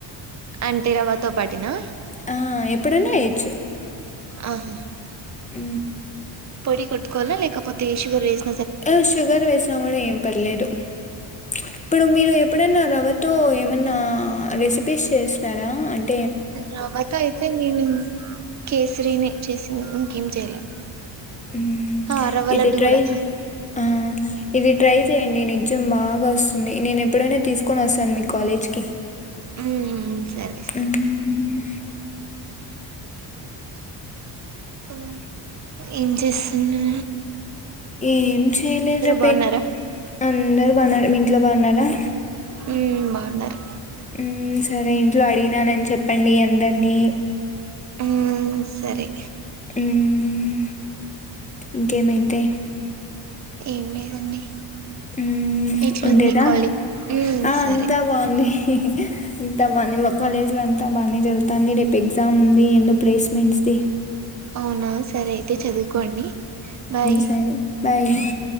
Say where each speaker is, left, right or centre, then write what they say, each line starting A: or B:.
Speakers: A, on the right; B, on the left.
A: అంటే రవ్వతో పాటేనా.
B: ఆ ఎప్పుడన్నా ఏయొచ్చు
A: ఆహా
B: ఊ
A: పొడి కొట్టు కోవాల్నా లేకపోత్ తే షుగర్ వేస్
B: ఆ షుగర్ వేసినా గూడా ఏం పర్లేదు. ప్చ్ ఇప్పుడు మీరు ఎప్పుడన్నా రవ్వ తో ఏమన్నా రెసిపీస్ చేసినారా అంట్
A: రవ్వతో అయితే నేను కేసరినే చేసి ఇంకేం చేయలే
B: ఊ
A: ఆ రవ్వ
B: ఇది
A: లడ్డు
B: ట్రై
A: కూడా
B: చెయ్. ఆ ఇది ట్రై చేయండి నిజం బాగా వస్తుంది. నేను ఎప్పుడైనా తీసుకొని వస్తాను మీ కాలేజ్కి.
A: ఊ సరే సరే
B: మ్మ్.
A: <unintelligible> ఏం చేస్తున్నా
B: ఏం చేయలేదు ర పె
A: బాగున్నారా
B: అందరు బాన్నారు మీ ఇంట్లో బాగున్నారా
A: ఉ బాగున్నారు
B: మ్మ్, సరే ఇంట్లో అడిగినానని చెప్పండి అందరినీ
A: ఆ సరే
B: మ్మ్, ఇంకేమైతే
A: ఏం లేదండి
B: ఉ
A: ఎట్లుంది
B: ఉండేదా
A: కాలేజ్ మ్మ్
B: ఆ
A: సరే
B: అంతా బాగుంది స ఇంతమ్మా నిమ కాలేజ్ల అంత అంత బాగానే జరుగుతుంది రేపు ఎగ్జామ్ ఉంది ఎందో ప్లేస్మెంట్స్ ది
A: అవునా సరే అయితే చదువుకోండి బాయ్
B: సరే బాయ్
A: మ్మ్